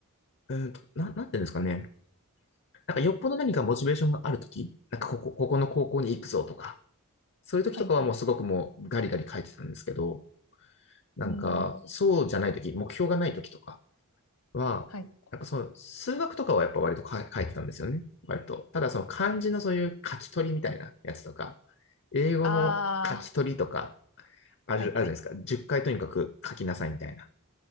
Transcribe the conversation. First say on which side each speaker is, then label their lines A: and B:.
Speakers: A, on the left (about 55°); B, on the left (about 70°).
A: うーんと、な、なんていうんですかね。なんかよっぽど何かモチベーションがあるとき、なんかここ、ここの高校に行くぞとか、そういうときとかはもうすごくもうガリガリ書いてたんですけど、
B: はい、はい。う
A: なんか、
B: ーん。
A: そうじゃないとき、目標がないときとか、は、
B: はい。
A: なんかその数学とかはやっぱ割とか書いてたんですよね。割と。ただその漢字のそういう書き取りみたいなやつとか、英語の書き取りとか、
B: ああ、
A: ある、
B: はいはい。
A: あるじゃないですか。10回とにかく書きなさいみたいな。